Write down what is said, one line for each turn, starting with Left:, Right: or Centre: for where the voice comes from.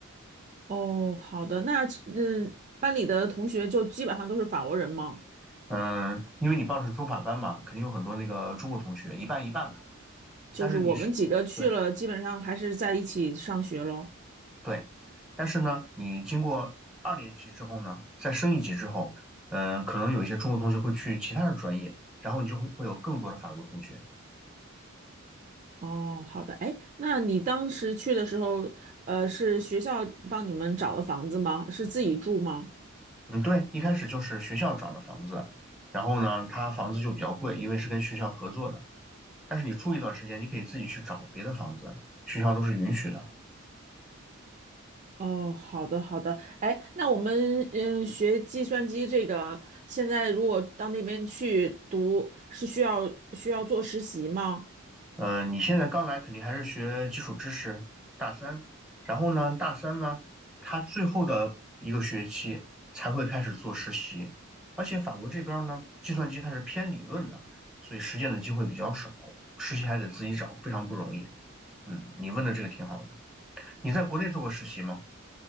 Right: 哦，好的，那嗯，班里的同学就基本上都是法国人嘛，
Centre: 嗯，因为你报的是中法班嘛，肯定有很多那个中国同学，一半一半吧。
Right: 就是我们几个去了，
Centre: 但是你是，对，
Right: 基本上还是在一起上学咯。
Centre: 对，但是呢，你经过二年级之后呢，再升一级之后，嗯、可能有一些中国同学会去其他的专业，然后你就会会有更多的法国同学。
Right: 哦，好的，哎，那你当时去的时候，呃，是学校帮你们找的房子吗？是自己住吗？
Centre: 嗯，对，一开始就是学校找的房子，然后呢，他房子就比较贵，因为是跟学校合作的。但是你住一段时间，你可以自己去找别的房子，学校都是允许的。
Right: 哦，好的，好的，哎，那我们嗯学计算机这个，现在如果到那边去读，是需要需要做实习吗？
Centre: 嗯、呃你现在刚来肯定还是学基础知识，大三，然后呢，大三呢，他最后的一个学期才会开始做实习，而且法国这边儿呢，计算机它是偏理论的，所以实践的机会比较少，实习还得自己找，非常不容易。嗯，你问的这个挺好的。你在国内做过实习吗？